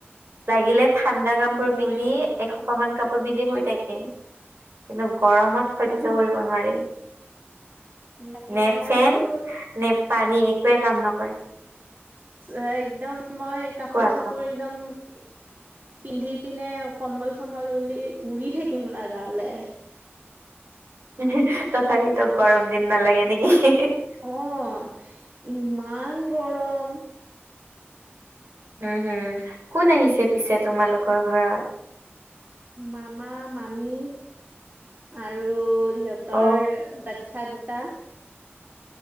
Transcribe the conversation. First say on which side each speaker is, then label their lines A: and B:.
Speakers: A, on the right; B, on the right.
A: লাগিলে ঠাণ্ডা কাপোৰ
B: মইয়ো
A: পিন্ধি এসোপাহমান কাপোৰ পিন্ধি শুই থাকিম। <unintelligible> কিন্তু গৰমত সহ্য
B: অ
A: কৰিব নোৱাৰিম। <unintelligible>
B: তাকে
A: <unintelligible> নে
B: মইতো
A: ফেন, নে পানী একোৱেই কাম নকৰে।
B: <unintelligible> একদম মই কাপোৰ-চাপোৰ
A: কোৱা আকৌ
B: একদম <unintelligible> পিন্ধি পিনে কম্বল-চম্বল উলি উৰি থাকিম লাগা হ'লে।
A: <inaudible> তথাপিওতো গৰম দিন নালাগে নেকি? <unintelligible>
B: উম! ইমান গৰম। <unintelligible>
A: উম হুম। কোন আহিছে পিছে তোমালোকৰ ঘৰত? <unintelligible>
B: মামা-মামী আৰু <unintelligible> সিহঁতৰ
A: অ
B: বাচ্ছা দুটা <unintelligible>